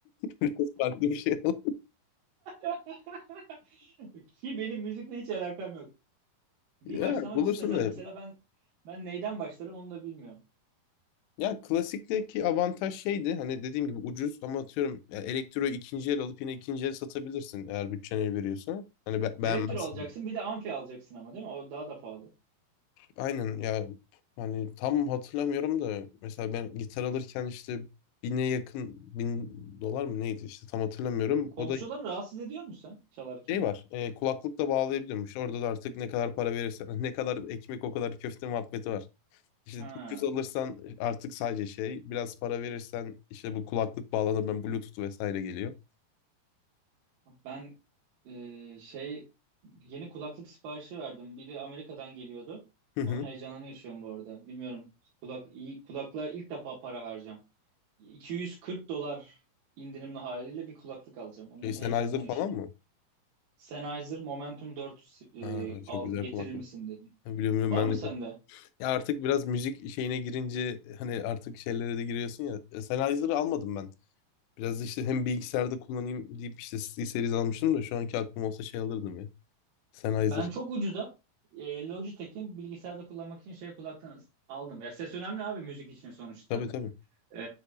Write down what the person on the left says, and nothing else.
Biraz farklı bir şey oldu.
Ya
bulursun
da
Ya klasikteki avantaj şeydi hani dediğim gibi ucuz ama atıyorum ya elektroyu ikinci el alıp yine ikinci el satabilirsin eğer bütçen el veriyorsa. Hani be- beğenmezsen.
Aynen ya hani tam hatırlamıyorum da mesela ben gitar alırken işte bine yakın bin dolar mı neydi işte tam hatırlamıyorum.
O da
şey var e, kulaklıkla bağlayabiliyormuş. Orada da artık ne kadar para verirsen <laughs> ne kadar ekmek o kadar köfte muhabbeti var. İşte
ucuz alırsan artık sadece şey biraz para verirsen işte bu kulaklık bağlanır ben Bluetooth vesaire geliyor.
Hı hı.
Şey Sennheiser
falan mı?
Ha,
çok güzel
kulaklık.
Ha, Biliyorum biliyorum,
ben
de.
Ya artık biraz müzik şeyine girince hani artık şeylere de giriyorsun ya. E, Sennheiser'ı almadım ben. Biraz işte hem bilgisayarda kullanayım deyip işte C Series almıştım da şu anki aklım olsa şey alırdım ya. Sennheiser.
Tabii tabii.